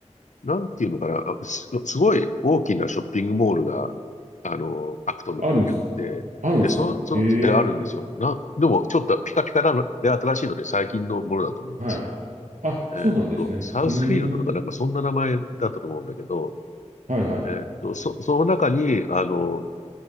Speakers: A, on the left; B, on the right.
A: なんていうのかな、す、すごい大きなショッピングモールが、あの、アクトンの方にあって、
B: あるんです、あるんですかへえ、
A: で、その、その、え、あるんですよ。な、でも、ちょっとピカピカなので、新しいので、最近のものだと思います。
B: はい。あ、
A: えーっと、
B: そうなんですね。
A: サウスフィールドとかなんかそんな名前だったと思うんだけど、
B: うーん、はいはい。
A: えーっと、そ、その中に、あの、